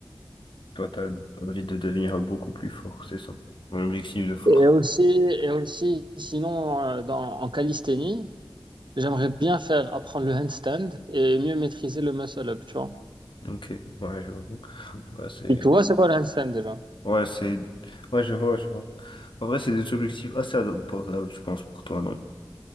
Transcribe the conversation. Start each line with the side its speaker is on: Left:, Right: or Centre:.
Left: Toi, t'as envie de devenir beaucoup plus fort, c'est ça. Mon objectif de force.
Right: Et aussi, et aussi, sinon, euh, dans, en calisthénie, j'aimerais bien faire apprendre le handstand et mieux maîtriser le muscle-up, tu vois.
Left: Ok, ouais, je vois. Ouais, c'est...
Right: Et tu vois, c'est quoi le handstand déjà?
Left: Ouais, c'est... Ouais, je vois, je vois. En vrai, c'est des objectifs assez abordables, je pense, pour toi, non?